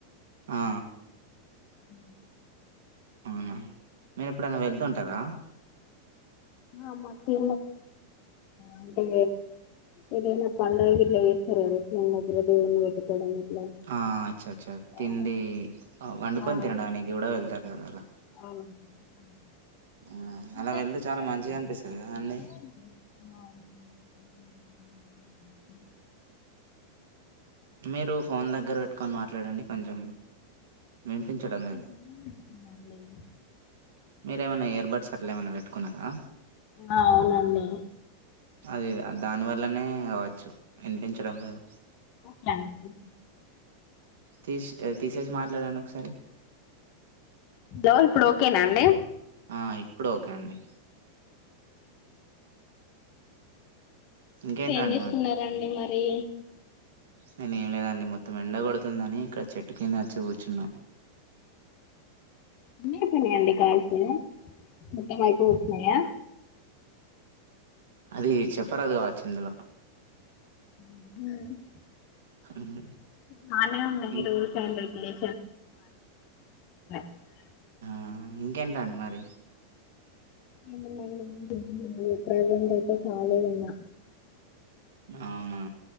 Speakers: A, on the right (about 60°); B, on the left (about 45°).
A: ఆ ఆ
B: ఊ
A: అవునా మీరు ఎప్పుడైనా వెళ్తు ఉంటారా
B: ఆహ్ మాకు అంటే ఏదైనా పండగ గిట్ల చేస్తారు గా మధ్యలో దేవుని పెట్టుకోవడం. ఇట్లా
A: ఆ అచ్చా అచ్చా తిండి
B: ఆ
A: వండుకొని
B: ఆ
A: తినడానికి కూడా వెళ్తారు కదలా
B: ఊ <unintelligible>
A: ఆ, అలా వెళ్తే చాలా మంచిగా అనిపిస్తది కదా అండి
B: <inaudible>
A: మీరు ఫోన్ దగ్గర పెట్టుకొని మాట్లాడండి కొంచెం వినిపించడం లేదు
B: దగ్గర పెట్టుకున్నాండి.
A: మీర ఏమైనా ఇయర్ బడ్స్ అట్లా ఏమైనా పెట్టుకున్నారా
B: ఆ అవునండి
A: అది దాని వల్లనే అవచ్చు వినిపించడం లేదు
B: ఓక అండి
A: తీసి తీసేసి మాట్లాడండి ఒకసారి
B: గో ఇప్పుడు ఓకేనా అండి
A: ఆ ఇప్పుడు ఓకే అండి ఇంకేంటండి
B: ఏం చేస్తున్నారండి మ రీ
A: నేను ఏం లేదండి మొత్తం ఎండ కొడుతుందని ఇక్కడ చెట్టు కింద వచ్చి కూర్చున్నా
B: ఎన్ని అయిపోయినయండి కాల్స్ మొత్తం అయిపో వచ్చన్నాయా
A: అది చెప్పరాదు కావచ్చు ఇందులో
B: ఉమ్
A: <inaudible>
B: బానే ఉన్నాయ్
A: ఇం
B: మీరుటర్ రెబ్లె <unintelligible>
A: ఆ ఇంకెంటండి మరి
B: ఏం లేదు ప్రజెంట్ అయితే కాళిగున్నా
A: అవునా